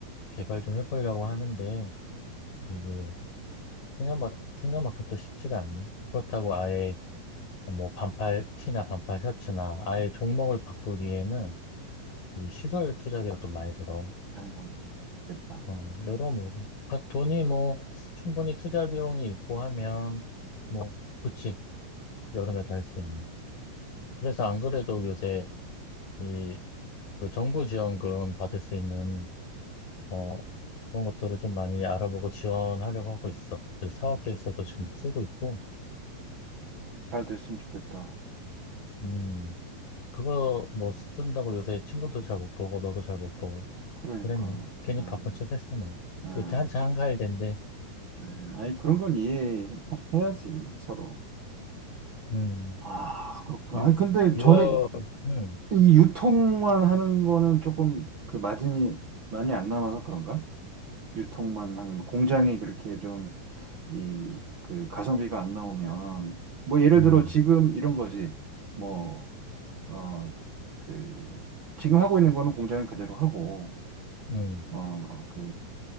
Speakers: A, on the left; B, on the right.
A: 개발 좀 해보려고 하는데, 이게 생각만, 생각만큼 또 쉽지가 않네. 그렇다고 아예 뭐 반팔 티나 반팔 셔츠나 아예 종목을 바꾸기에는 이 시설 투자비가 또 많이 들어.
B: 아이고, 됐다.
A: 어, 여러모로. 각 돈이 뭐 충분히 투자 비용이 있고 하면 뭐 좋지. 여름에 다 할 수 있는. 그래서 안 그래도 요새 이 그 정부 지원금 받을 수 있는 어 그런 것들을 좀 많이 알아보고 지원하려고 하고 있어. 그래서 사업 계획서도 지금 쓰고 있고.
B: 잘 됐으면 좋겠다.
A: 음. 그거 뭐 쓴다고 요새 친구도 잘 못 보고 너도 잘 못 보고
B: 그러니까.
A: 그랬네. 괜히
B: 음,
A: 바쁜 척 했어 뭐.
B: 음,
A: 요새 한창 한가할 텐데.
B: 음. 아니 그런 건 이해해야지 서로.
A: 음.
B: 아, 그렇구나.
A: 6,
B: 아니, 근데 전에
A: 월 음.
B: 이 유통만 하는 거는 조금 그 마진이 많이 안 남아서 그런가? 유통만 하는 거. 공장이 그렇게 좀 이 그 가성비가 안 나오면 뭐 예를
A: 음.
B: 들어 지금 이런 거지 뭐 어 그 지금 하고 있는 거는 공장을 그대로 하고
A: 음.
B: 어 그